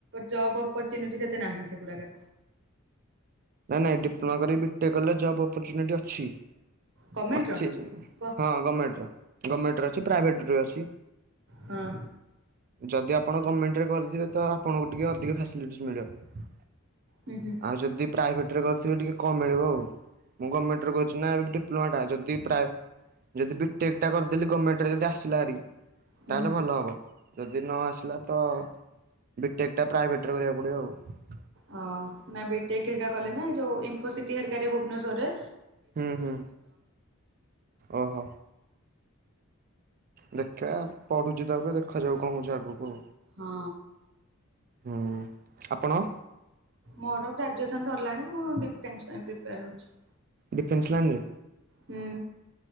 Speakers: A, on the right; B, on the right.
A: ଜବ୍ ଅପର୍ଚୁନିଟି ସେତେ ନାହିଁ, ସେଗୁଡାକେ।
B: ନାଇଁ, ନାଇଁ। ଡିପ୍ଳୋମା କରି, ବିଟେକ୍ କଲେ, ଜବ୍ ଅପର୍ଚୁନିଟି ଅଛି।
A: ଗମେଣ୍ଟର?
B: ଅଛି ଯେ। ହଁ,
A: ଗ
B: ଗମେଣ୍ଟର, ଗମେଣ୍ଟର ଅଛି। ପ୍ରାଇଭେଟ୍ର ଭି ଅଛି।
A: ହଁ।
B: ଯଦି ଆପଣ ଗମେଣ୍ଟରେ କରିଥିବେ, ତ ଆପଣଙ୍କୁ ଟିକିଏ ଅଧିକ ଫାସିଲିଟିସ୍ ମିଳିବ। <inaudible>
A: ହୁଁ, ହୁଁ।
B: ଆଉ ଯଦି ପ୍ରାଇଭେଟ୍ରରେ କରିଥିବେ ଟିକେ କମ୍ ମିଳିବ ଆଉ ମୁଁ ଗମେଣ୍ଟରେ କରିଛି ନା ଏବେ ଟି ଡିପ୍ଲୋମା ଟା ଯଦି ପ୍ରାଏ ଯଦି ବିଟେକ୍ ଟା କରିଦେଲି ଗମେଣ୍ଟରେ ଯଦି ଆସିଲା ହାରି
A: ହୁଁ
B: ତାହେଲେ ଭଲ ହବ ଯଦି ନ ଆସିଲା ତ ବିଟେକ୍ ଟା ପ୍ରାଇଭେଟରେ କରିବାକୁ ପଡିବ ଆଉ।
A: ହଁ ନାଇ ବିଟେକ୍ ହେରିକା କଲେ ନା ଏ ଯୋଉ ଇଫୋସିଟି ହେରିକା ଯୋଉ ଭୁବନେଶ୍ଵରରେ
B: ହୁଁ, ହୁଁ ଓହୋ। ଦେଖିବା, ପଢୁଛି ତ ଏବେ ଦେଖାଯାଉ କଣ ହଉଛି ଆଗକୁ।
A: ହଁ।
B: ହୁଁ ଆପଣ?
A: ମୋର ଗ୍ରାଜୁଏସନ ସରିଲାଣି ମୁଁ ଡିଫେନ୍ସ ପାଇଁ ପ୍ରିପେୟାର ହଉଛି।
B: ଡିଫେନ୍ସ ଲାଇନରେ।
A: ହୁଁ।